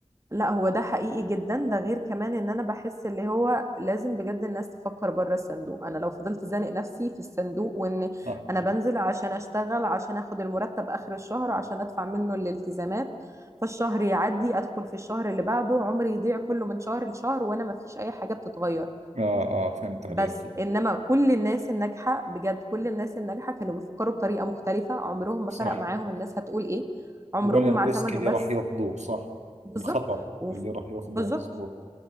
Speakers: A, on the right; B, on the right.
A: لا هو ده حقيقي جدا ده غير كمان ان انا بحس اللي هو لازم بجد الناس تفكر بره الصندوق انا لو فضلت زانق نفسي في الصندوق وان
B: صح
A: انا بنزل عشان اشتغل عشان اخد المرتب اخر الشهر عشان ادفع منه الالتزامات فالشهر يعدي ادخل في الشهر اللي بعده عمري يضيع كله من شهر لشهر وانا ما فيش اي حاجة بتتغير
B: اه اه فهمت عليك
A: بس انما كل الناس الناجحة بجد كل الناس الناجحة كانوا بيفكروا بطريقة مختلفة عمرهم ما
B: صح
A: فرق معاهم الناس هتقول ايه عمرهم
B: ولا الريسك
A: ما اعتمدوا
B: اللي
A: بس
B: راح ياخذوه صح
A: بالظبط
B: الخطر
A: وف-
B: اللي راح ياخذوه
A: بالظبط
B: مزبوط